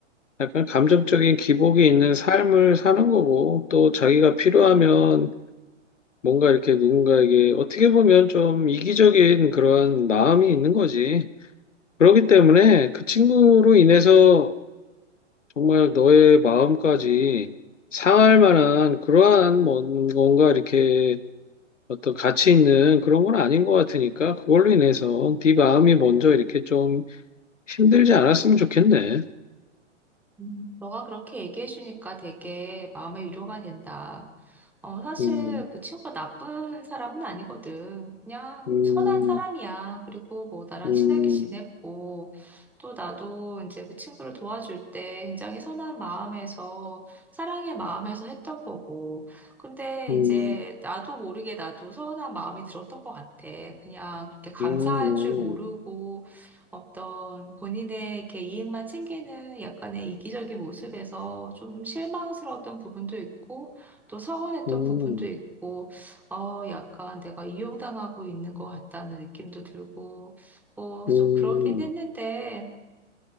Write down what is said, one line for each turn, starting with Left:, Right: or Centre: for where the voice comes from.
Left: 약간 감정적인 기복이 있는 삶을 사는 거고 또 자기가 필요하면 뭔가 이렇게 누군가에게 어떻게 보면 좀 이기적인 그런 마음이 있는 거지. 그렇기 때문에 그 친구로 인해서 정말 너의 마음까지 상할 만한 그러한 뭔- 뭔가 이렇게 어떤 가치 있는 그런 건 아닌 것 같으니까 그걸로 인해서 네 마음이 먼저 이렇게 좀 힘들지 않았으면 좋겠네.
Centre: 음, 너가 그렇게 얘기해 주니까 되게 마음의 위로가 된다. 어, 사실
Left: 음,
Centre: 그 친구가 나쁜 사람은 아니거든. 그냥
Left: 음,
Centre: 선한 사람이야. 그리고 뭐 나랑
Left: 음,
Centre: 친하게 지냈고, 또 나도 이제 그 친구를 도와줄 때 굉장히 선한 마음에서, 사랑의 마음에서 했던 거고. 근데
Left: 음,
Centre: 이제 나도 모르게 나도 서운한 마음이 들었던 것 같아. 그냥 그렇게 감사할
Left: 음,
Centre: 줄 모르고, 어떤 본인의 이렇게 이익만 챙기는 약간의 이기적인 모습에서 좀 실망스러웠던 부분도 있고, 또 서운했던
Left: 음,
Centre: 부분도
Left: 음.
Centre: 있고, 어, 약간 내가 이용당하고 있는 것 같다는 느낌도 들고, 어, 좀
Left: 음.
Centre: 그러긴 했는데,